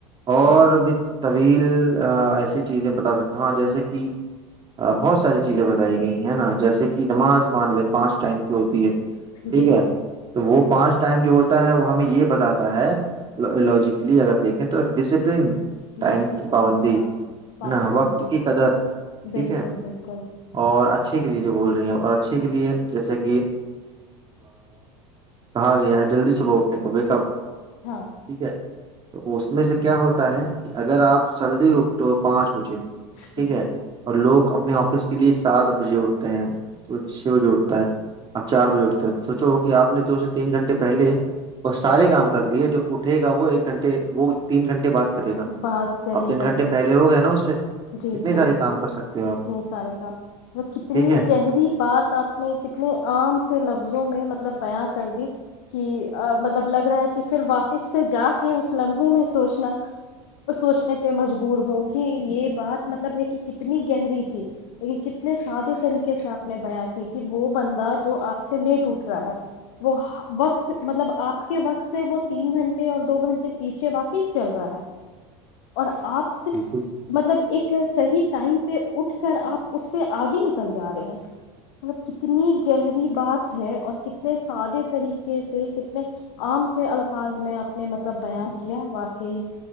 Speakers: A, on the right; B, on the left.
A: اور
B: ہیں
A: بھی طویل ایسی چیزیں بتا سکتا ہوں جیسے کہ بہت ساری چیزیں بتائی گئی ہیں نا جیسے کہ نماز مان ل پانچ ٹائم کی ہوتی ہے ٹھیک
B: جی
A: ہے تو وہ پانچ ٹم جو ہو ہے وہ ہمیں یہ بتاتا ہے لوجیکلی اگر دیکھیں تو ڈسپلن ٹائم
B: ڈسپلن
A: کی پابندی
B: ہاں
A: ہے
B: پابندی
A: نا وقت کی قدر ٹھیک
B: بالکل
A: ہے
B: بالکل
A: اور اچھے کے لیے جو بول رہی ہیں اور اچھے کے لیے جیسے کہ ج کہا گیا <inaudible> جلدی صبحٹھ کے تو ب کب
B: ہاں
A: ٹھیک ہے تو اس میں سے کیا ہوتا ہے کہ اگر آپ سلدی اکٹو پانچ او ٹھیک
B: جی
A: ہے اور لوگ اپنے آفس کے لیے سات بجے اٹھ تو چھ بجے اٹھتا ہے آپ چار بجے اٹھتے سوچو کہ آپ نے دو سے تین گھنٹے پہلے ب سارے کام کر لیے جو اٹھے گا وہ ایک گھنٹے وہ تین گھنٹے بعد کرے گا
B: بات کرے
A: اب تین
B: گا
A: گھنٹے پہلے ہو گئے نا اس سے
B: جی
A: کتنے
B: جی
A: سارے کام کر سکتے ہو
B: اتنے
A: آپ
B: سارے کا وہ کتنی
A: ٹھیک ہے
B: گہری بات آپ نے کتنے عام سے لفظوں میں مطلب مطلب بیاں کر دی کہ مطلب لگ رہا ہے کہ پھر واپس سے جا کے اس لمحے میں سوچنا سوچنے پہ مجبور ہوں کہ یہ بات مطلب ہے کہ کتنی گہری تھی لیکن کتنے سادے طریقے سے آپ نے بیاں کی کہ وہ بندہ جو آپ سے لیٹ اٹھ رہا ہے وہ وقت مطلب آپ کے وقت سے وہ تین گھنٹے اور دو گھنٹے پیچھے واقی چل رہا ہے اور آپ صرف
A: بالکل
B: مطلب صحیح ٹائم پہ اٹھ کر آپ اس سے آگے نکل جا رہے ہیں مطلب کتنی گہری بات ہے اور کتنے سادے طریقے سے کتنے عام سے الفاظ میں آپ نے مطلب بیاں کیا واقعی